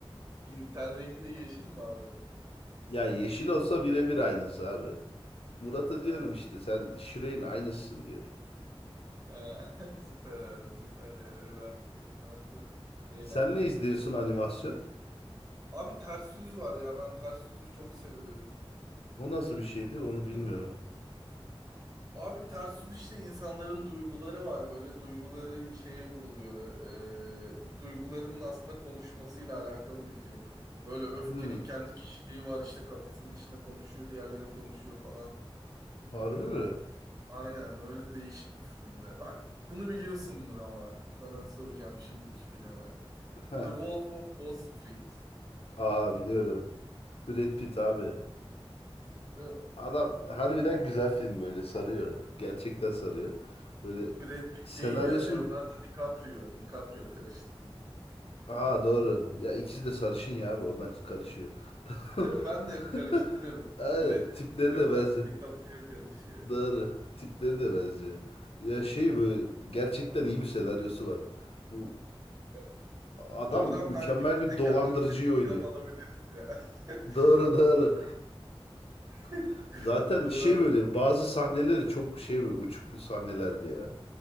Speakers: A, on the right (about 35°); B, on the left (about 75°).
A: Ye- Ten rengi de yeşil mi abi?
B: Ya yeşil olsa birebir aynısı abi. Murat'a
A: Ha,
B: diyorum işte sen Shrek'in aynısısın diyorum.
A: ha. <laughs> Süper abi süper ya. Öyle bir arkadaşın varsa eğlenceli
B: Sen ne izliyorsun
A: bir tip.
B: animasyon?
A: Abi ters yüz var ya. Ben ters yüzü çok seviyorum.
B: O nasıl bir şeydi
A: Hiç
B: onu
A: izledin
B: bilmiyorum.
A: mi? Abi ters yüz işte insanların duyguları var. Böyle duyguları şeye vuruluyor. Ee, duygularının aslında konuşmasıyla alakalı bir film. Böyle öfkenin
B: Hmm,
A: kendi kişiliği var işte kafasının içinde konuşuyor, diğerleri konuşuyor falan.
B: harbi mi?
A: Aynen öyle değişik bir filmde. Bak bunu biliyorsundur ama sana soracağım şimdiki filme.
B: Heh.
A: The Wolf of Wall Street.
B: Aa biliyorum. Brad Pitt abi.
A: Değil mi?
B: Adam harbiden güzel film böyle sarıyor. Gerçekten sarıyor. Böyle
A: Brad Pitt
B: senaryosun
A: değil ya Leonardo DiCaprio. DiCaprio karıştırdı.
B: Aa doğru. Ya ikisi de sarışın ya abi oradan karışıyor. <laughs> Tamam.
A: Değil mi? Ben de hep karıştırıyorum.
B: <laughs> Aynen,
A: Brad
B: tipleri
A: Pitt veriyor.
B: de
A: Onlar
B: benziyor.
A: da DiCaprio karışıyor.
B: Doğru. Tipleri de benziyor. Ya şey
A: Ha,
B: böyle gerçekten
A: ha.
B: iyi bir senaryosu var. Bu
A: Evet.
B: adam
A: Oradan
B: mükemmel
A: belki biz
B: bir
A: de
B: dolandırıcıyı
A: kendimize bir
B: oynuyor.
A: ilham alabiliriz ya.
B: Doğru
A: <laughs>
B: doğru.
A: Oradan, <laughs>
B: <laughs> Zaten
A: oradan
B: şey böyle bazı sahneleri çok şey böyle uçuk bir sahnelerdi ya.